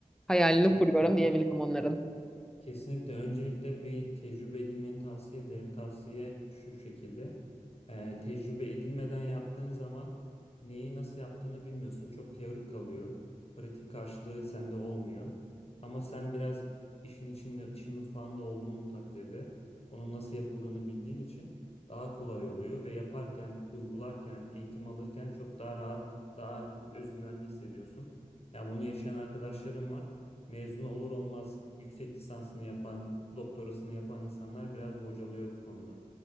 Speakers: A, in the centre; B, on the left.
A: Hayalini
B: Kesinlikle.
A: kuruyorum diyebilirim onların.
B: Kesinlikle öncelikle bir tecrübe edinmeni tavsiye ederim. Tavsiye şu şekilde. Ee, tecrübe edinmeden yaptığın zaman neyi nasıl yaptığını bilmiyorsun. Çok teorik kalıyor. Pratik karşılığı sende olmuyor. Ama sen biraz işin içinde, işin mutfağında olduğun takdirde onun nasıl yapıldığını bildiğin için daha kolay oluyor ve yaparken, uygularken, eğitim alırken çok daha rahat, daha özgüvenli hissediyorsun. Yani bunu yaşayan arkadaşlarım var mezun olur olmaz yüksek lisansını yapan, doktorasını yapan insanlar biraz bocalıyor bu konuda.